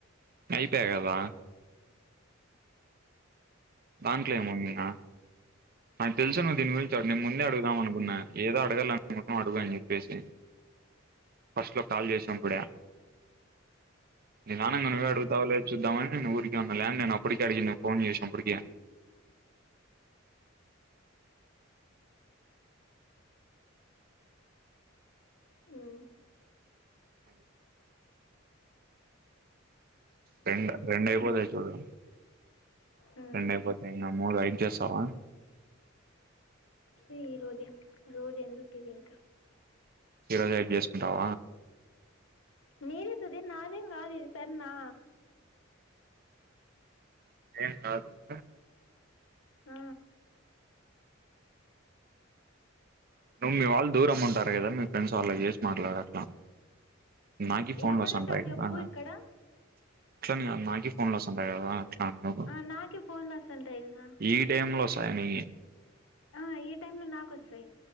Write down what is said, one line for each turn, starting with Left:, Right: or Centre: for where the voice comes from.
Right: అయిపోయ కదా దాంట్లో ఏముందిగ నాకు తెలుసు నువ్ దీని గురించి ని ముందే అడుగుదాం అనుకున్నా ఏదో అడగలనుని అనుకుంటన్నావు అడుగు అని చెప్పసి ఫస్ట్ లో కాల్ చేసినప్పుడే మీ నాన్నని ఇంక నువ్వే అడుగుతావు లే చూద్దామని నేను ఊరికే ఉన్న, లేకుంటే నేను అప్పటికే అడిగిందును ఫోన్ చేసినప్పటికే.
Left: ఉమ్,
Right: అది రెండు రెండు అయిపోతాయి
Left: ఉమ్,
Right: చూడు
Left: ఉమ్.
Right: రెండయిపోతయి ఇంగ మూడు ఐదు చేస్తావా?
Left: ఈ రోజే. రోజు ఎందుకు ఇది ఇంక
Right: ఈ రోజె అయిపో చేసుకుంటావ?
Left: నీదే సుదీర్ నాదేం కాదిది సరేనా
Right: ఏం కాదులే
Left: ఆ
Right: నువ్వు మీ వాళ్ళు దూరం ఉంటారు కదా మీ ఫ్రెండ్స్ వాళ్ళకి చేసి మాట్లాడు అట్లా నాకి ఫోన్లు
Left: ఎవరుంటారు
Right: వస్తాంటాయి
Left: చెప్పు
Right: కదా
Left: ఇక్కడ
Right: అట్లని కాదు నాకి ఫోన్లు వస్తాంటాయి కదా అట్ల అన్న
Left: ఆ నాకి ఫోన్లు వస్తాంటాయి కదా
Right: ఈ టైమ్ లో వస్తాయా నీ
Left: ఆ ఈ టైం లో నాకి వస్తాయి